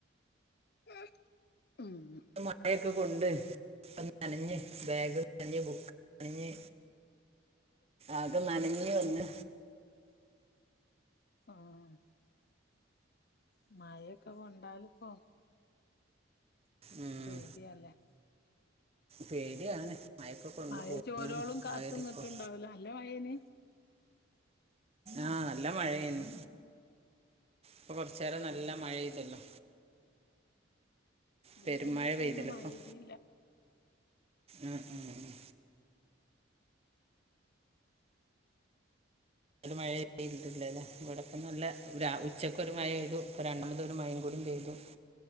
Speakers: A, on the left (about 50°); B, on the right (about 30°).
A: ഉം
B: മഴെക്കെ നിന്നുളള കൊണ്ട് ഒക്കെനനഞ്ഞ് ബാഗ് നനഞ്ഞ് ബുക്ക്നനഞ്ഞ് ആകെ നനഞ്ഞ് വന്ന്
A: ആഹ് മഴയെക്കെ കൊണ്ടാലിപ്പോ
B: ഉം,
A: പേടിയാല്ലേ
B: പേടിയാണ് മഴയൊക്കെ കൊണ്ട്
A: മഴ
B: പോകുന്നതാണ്
A: ചോരോളും കാത്ത്ന്നിട്ട്ണ്ടാവുലോ
B: അവരിപ്പോൾ
A: നല്ലമഴേനി
B: ആഹ് നല്ലമഴയേനു ഇപ്പൊ കുറച്ചേരം നല്ല
A: ഉം
B: മഴെയ്തല്ലോ
A: ഇവിടൊന്നും
B: പെരുമഴ
A: ഇപ്പ
B: പെയ്തില്ലിപ്പം
A: ഒന്നും മഴെയ്തില്ല
B: ആഹ് ആഹ് അവ്ടെ മഴപെയ്ട്ടില്ലല്ലേ ഇവിടപ്പ നല്ല രാ ഉച്ചക്ക് ഒരു മഴപെയ്തു ഇപ്പൊ രണ്ടാമതൊര് മഴേം കൂടിപെയ്തു